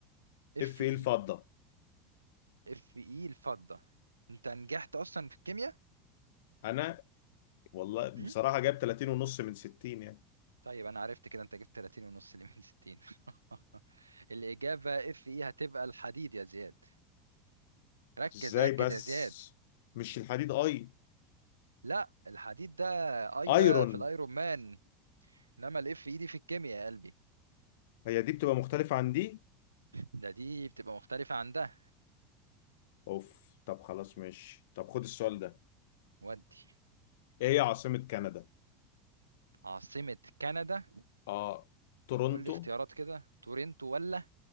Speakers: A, on the right; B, on the left.
A: اف
B: اف ايه
A: اي
B: الفضة
A: اف اي الفضة انت نجحت اصلا في الكيمياء
B: انا والله بصراحة
A: مم؟
B: جاب 30 ونص من 60 يعني
A: طيب انا عرفت كده انت جبت 30 ونص اللي من 60 <laughs> الاجابة اف اي هتبقى الحديد يا زياد ركز
B: ازاي
A: ركز
B: بس
A: يا زياد
B: مش الحديد اي
A: لا الحديد ده اي
B: ايرون
A: ده في الايرون مان انما الاف اي دي في الكيمياء يا قلبي
B: هي دي بتبقى مختلفة عن دي
A: ده دي بتبقى مختلفة عن ده
B: اوف طب خلاص ماشي طب خد السؤال ده
A: ودي
B: ايه هي عاصمة كندا
A: عاصمة كندا
B: اه تورونتو
A: قول لي اختيارات كده تورنتو ولا